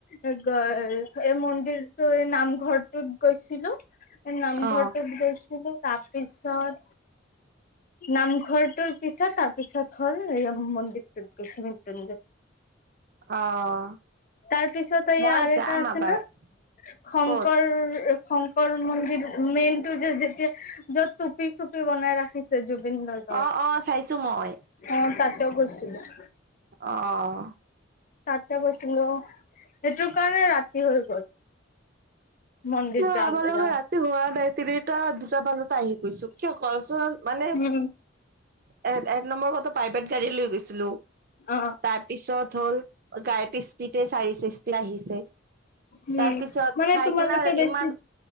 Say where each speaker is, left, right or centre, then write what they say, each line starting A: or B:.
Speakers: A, on the left; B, on the right.
A: এই মন্দিৰটো এই নামঘৰটোত গৈছিলো, নামঘৰটোত
B: অ
A: গৈছিলো। তাৰপিছত নামঘৰটোৰ পিছত তাৰপিছত হ'ল এই মন্দিৰটোত গৈছোঁ মৃত্যুঞ্জয়।
B: অ'।
A: তাৰপিছত এই
B: মই
A: আৰু
B: যাম
A: এটা আছে
B: আবাৰ
A: ন শংকৰ
B: ক'ত
A: শংকৰ মন্দিৰ মেইন টো যে যেতিয়া য'ত টুপি- চুপি বনাই ৰাখিছে জু জুবিন গাৰ্গৰ
B: অ
A: অ',
B: অ চাইছো মই
A: তাতেও গৈছিলো।
B: অ'।
A: তাতে গৈছিলো সেইটো কাৰণে ৰাতি হৈ গ'ল। মন্দিৰ
B: অ,
A: যাওঁতে
B: আমাৰ লগত
A: যাওঁতে
B: ৰাতি হোৱা নাই। তিনিটা দুটা বজতে আহি গৈছো, কিয় কচোন মানে
A: উম
B: এ, এক নম্বৰ কথা প্ৰাইভেট গাড়ী লৈ গৈছিলো,
A: অ
B: তাৰ পিছত ধল গাড়ীটো স্পিডে চাৰি আহিছে
A: উম
B: তাৰপিছত
A: মানে
B: খাই
A: তোমালোকে
B: কিনাৰ
A: বেছি
B: ইমান